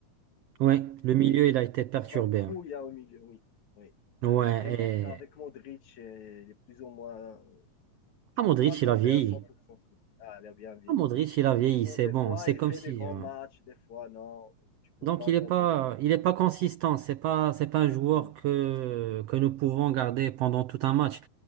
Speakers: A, on the right (about 80°); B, on the left (about 65°).
A: ouais, le milieu, il a été perturbé.
B: comme un trou,
A: hein.
B: il y a au milieu, oui. oui.
A: Ouais,
B: Euh, et même
A: et,
B: avec Modric, euh, il est plus ou moins. Tu
A: ah, Modric,
B: peux pas compter
A: il a vieilli.
B: à cent pour cent. Ah, il a bien vieilli.
A: Ah, Modric, il a vieilli,
B: Bon,
A: c'est
B: des
A: bon.
B: fois,
A: C'est
B: il
A: comme
B: fait
A: si,
B: des grands
A: euh,
B: matchs, des fois, non. Tu peux
A: Donc
B: pas
A: il
B: compter
A: est pas,
B: sur lui.
A: il est pas consistant. C'est pas, c'est pas
B: Exactement.
A: un joueur que que nous pouvons garder pendant tout un match.